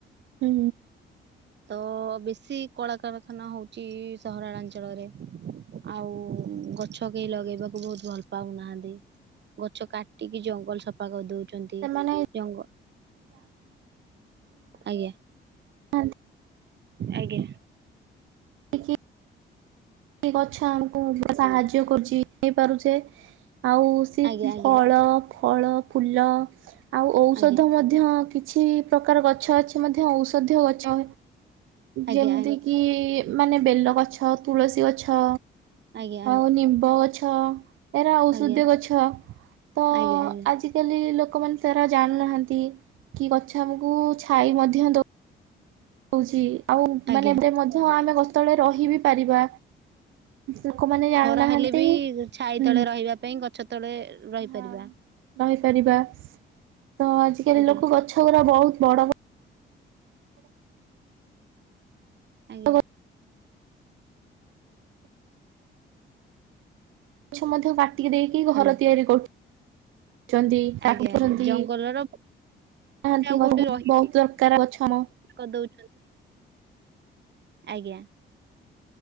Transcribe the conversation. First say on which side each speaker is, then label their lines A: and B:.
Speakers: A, on the right; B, on the right.
A: ହୁଁ
B: ତ। ବେଶୀ କଳାକାରଖାନା ହଉଛି ସହରାଞ୍ଚଳରେ। ଆଉ ଗଛ କେହି ଲଗେଇବାକୁ ବହୁତ ଭଲ ପାଉନାହାନ୍ତି। ଗଛ କାଟିକି ଜଙ୍ଗଲ ସଫା କରିଦଉଛି।
A: ସେମାନେ
B: ଜଙ୍ଗ ଆଜ୍ଞା।
A: ହଁ।
B: ଆଜ୍ଞା।
A: ଦେଖି ଗଛ ଆମକୁ ସାହାଯ୍ୟ କରୁଛି ହେଇ ପାରୁଛେ। ଆଉ ସି
B: ଆଜ୍ଞା ଆଜ୍ଞା
A: ଫଳ ଫଳ ଫୁଲ ଆଉ ଔଷଧ
B: ଆଜ୍ଞା
A: ମଧ୍ୟ କି କିଛି ପ୍ରକାର ଗଛ ଅଛି ମଧ୍ୟ ଔଷଧୀୟ ଗଛ
B: ଆଜ୍ଞା
A: ଯେମିତି
B: ଆଜ୍ଞା
A: କିି ମାନେ ବେଲଗଛ ତୁଳସୀ ଗଛ
B: ଆଜ୍ଞା ଆଜ୍ଞା
A: ଆଉ ନିମ୍ବ ଗଛ ଏରା ଔଷଧୀୟ
B: ଆଜ୍ଞା।
A: ଗଛ ତ
B: ଆଜ୍ଞା ଆଜ୍ଞା
A: ଆଜିକାଲି ଲୋକ ଲୋକମାନୋନ ତାରା ଜାଣୁନାହାନ୍ତି କି ଗଛ ଆମକୁ ଛାଇ ମଧ୍ୟ ଦଉ ହଉଛି ଆଉ
B: ଆଜ୍ଞା।
A: ମାନେ ଏ ମଧ୍ୟ ଆମେ ଗତବେଳେ ରହି ବିି ପାରିବା। ଲୋକମାନେ ଜାଣୁନାହାନ୍ତି
B: ଖରା ହେଲେ ବି
A: ହୁଁ
B: ଛାଇ ତଳେ ରହିବା ପାଇଁ ଗଛ ତଳେ ରହିପାରିବା।
A: ହଁ। ରହିପାରିବା ତ ଆଜିକାଲି
B: ଆଜ୍ଞା
A: ଲୋକ ଗଛ ଗୁରା ବହୁତ ବଡ ବଡ
B: ଆଜ୍ଞା।
A: ଗଛ ମଧ୍ୟ କାଟିକି ଦେଇକି
B: ହ୍ୟାଲୋ
A: ଘର ତିଆରି କରୁ ଛନ୍ତି ତାକୁ
B: ଆଜ୍ଞା
A: କରୁଛନ୍ତି।
B: ଆଜ୍ଞା ଜଙ୍ଗଲର
A: ହାନ୍ତିଛ
B: ଆଉ କୋଉଠି ରହିବେ
A: ବହୁତ ଦରକାର ଗଛଆମ
B: କରିଦଉଛନ୍ତି ଆଜ୍ଞା।